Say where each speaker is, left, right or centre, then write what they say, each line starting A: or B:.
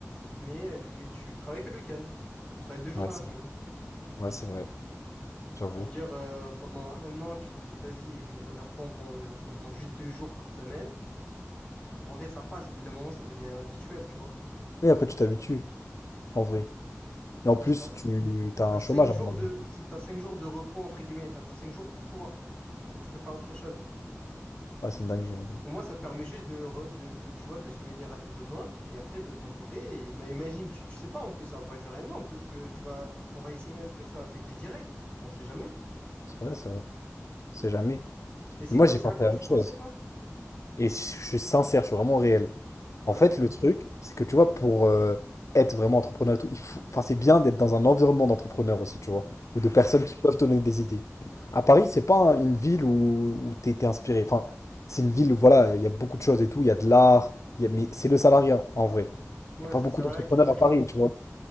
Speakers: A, on the left (about 15°); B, on the left (about 70°).
A: mais euh, tu, gagnes- tu travailles que le week-end. Tu travailles deux jours
B: Ouais,
A: dans
B: c'est
A: la semaine.
B: ouais, c'est vrai, j'avoue.
A: Ça veut dire, euh, pendant un an, tu te dis, vas-y, je me donne à fond pour- pendant juste deux jours par semaine. En vrai, ça passe. Au bout d'un moment, ça devient habituel, tu vois.
B: Et après, tu t'habitues, en vrai. Et en plus,
A: Ouais, t'as,
B: tu as
A: t'as
B: un
A: cinq
B: chômage
A: jours
B: à un moment.
A: de,
B: donné.
A: t'as cinq jours de repos, entre guillemets. Enfin, t'as cinq jours pour toi, où tu peux faire autre chose.
B: Ouais, c'est une dinguerie, en vrai.
A: Au moins, ça te permet juste de, re- de tu, tu vois, de subvenir à tes besoins. Et après, de ton côté, ima- imagine, tu, tu sais pas en plus, ça va pas durer un an. Peut-être que tu vas, on va essayer un truc, ça va péter direct. On sait jamais.
B: C'est vrai, c'est vrai. On sait jamais.
A: Et c'est
B: Mais moi,
A: quoi,
B: j'ai
A: c'est
B: pensé
A: à quoi
B: à
A: que tu
B: autre
A: pensais,
B: chose.
A: toi?
B: Et je suis sincère, je suis vraiment réel.
A: Ouais,
B: En fait, le truc, c'est que tu vois, pour euh, être vraiment entrepreneur et tout, il faut... enfin, c'est bien d'être dans un environnement d'entrepreneurs aussi, tu vois, ou de personnes
A: ouais.
B: qui peuvent te donner des idées. À Paris, c'est pas un- une ville où, où t'es t'es inspiré. Enfin, c'est une ville où, voilà, il y a beaucoup de choses et tout, il y a de l'art, il y a... mais c'est le salariat, en vrai.
A: Ouais,
B: Il n'y a pas
A: c'est
B: beaucoup
A: le salariat
B: d'entrepreneurs
A: qui prime.
B: à Paris, tu vois.